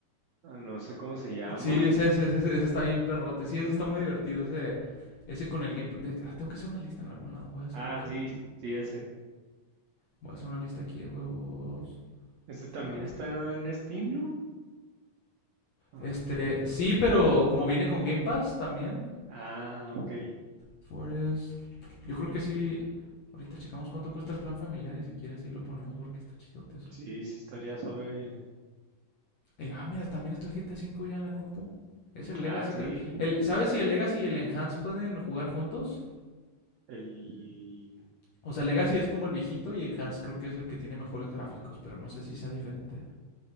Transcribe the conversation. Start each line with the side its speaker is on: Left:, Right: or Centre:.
Right: ah, no sé cómo se llama.
Left: Sí, ese, ese, ese, ese está bien perrote. Sí, eso está muy divertido. Ese, ese con el Game Pass. de- ah, tengo que hacer una lista en algún lado. Voy a hacer
Right: Ah,
Left: aquí.
Right: sí,
Left: un-
Right: sí, ese.
Left: voy a hacer una lista aquí de juegos.
Right: Ese también
Left: Ah,
Right: está
Left: por-
Right: en Steam, ¿no? A ver.
Left: Este, sí, pero como viene con Game Pass también,
Right: Ah, ok.
Left: Forest. Yo creo que sí. Ahorita checamos cuánto cuesta el plan familiar y si quieres ahí lo ponemos porque está chidote eso.
Right: Sí, sí estaría suave.
Left: Eh, ah, mira, también está el GTA cinco ya en la compu. Es el
Right: Ah,
Left: Legacy,
Right: sí.
Left: pero... El, ¿Sabes si el Legacy y el Enhance pueden jugar juntos?
Right: El,
Left: O sea,
Right: el-
Left: Legacy es como el viejito y Enhance creo que es el que tiene mejores gráficos, pero no sé si sea diferente.